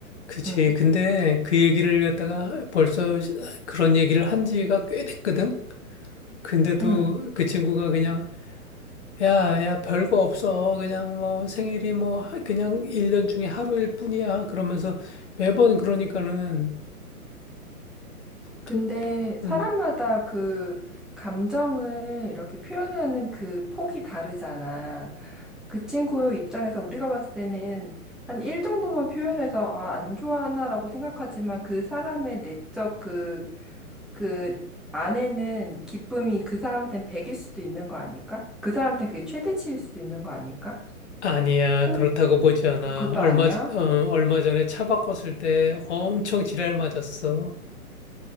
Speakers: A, on the left; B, in the centre.
A: 그치.
B: 응,
A: 근데 그 얘기를 갖다가 벌써 그런 얘기를 한 지가 꽤 됐거든? 근데도
B: 응.
A: 그 친구가 그냥, 야, 야, 별거 없어. 그냥 뭐 생일이 뭐 하- 그냥 일년 중에 하루일 뿐이야. 그러면서 매번 그러니까는
B: 근데
A: 또,
B: 사람마다
A: 음.
B: 그 감정을 이렇게 표현하는 그 폭이 다르잖아. 그 친구 입장에서 우리가 봤을 때는 한 일 정도만 표현해서 아, 안 좋아하나라고 생각하지만 그 사람의 내적 그 그 아내는 기쁨이 그 사람한테는 100일 수도 있는 거 아닐까? 그 사람한테 그게 최대치일 수도 있는 거 아닐까?
A: 아니야.
B: 꼭
A: 그렇다고 보지 않아.
B: 그것도
A: 얼마,
B: 아니야?
A: 전- 어, 얼마
B: 음,
A: 전에 차 바꿨을 때 엄청 지랄 맞았어.